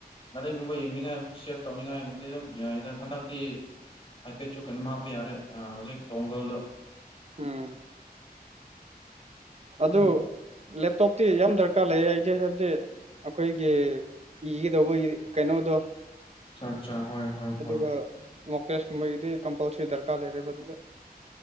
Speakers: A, on the left; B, on the right.
A: ꯒꯥꯔꯤꯒꯨꯝꯕ ꯌꯦꯡꯅꯤꯡꯉꯥꯏ ꯁꯦꯞ ꯇꯧꯅꯤꯡꯉꯥꯏꯒꯨꯝꯕꯗꯤ ꯑꯗꯨꯝ ꯌꯥꯏ ꯑꯗ ꯍꯟꯗꯛꯇꯤ ꯍꯥꯏꯐꯦꯠꯁꯨ ꯀꯩꯅꯣꯝ ꯍꯥꯞꯄ ꯑ ꯌꯥꯔꯦ ꯍꯧꯖꯤꯛ ꯇꯣꯡꯒꯜꯗ
B: ꯎꯝ ꯑꯗꯣ
A: ꯎꯝ
B: ꯂꯦꯞꯇꯣꯞꯇꯤ ꯌꯥꯝ ꯗꯔꯀꯥꯔ ꯂꯩ ꯑꯩꯗꯤ ꯍꯥꯏꯕꯗꯤ ꯑꯈꯣꯏꯒꯤ ꯏꯒꯗꯧꯕ ꯀꯩꯅꯣꯗꯣ
A: ꯑꯆꯥ ꯑꯆꯥ ꯍꯣꯏ ꯍꯣꯏ
B: ꯑꯗꯨꯒ
A: ꯍꯣꯏ
B: ꯃꯄꯦꯁ ꯀꯨꯝꯕꯩꯒꯤꯗꯤ ꯀꯝꯄꯜꯁꯔꯤ ꯗꯔꯀꯥꯔ ꯂꯩꯔꯤꯕ ꯑꯗꯨꯗ